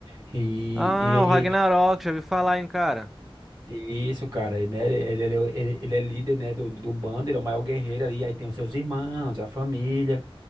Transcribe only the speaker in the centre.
Ah,
o Ragnarok,
já ouvi falar, hein, cara?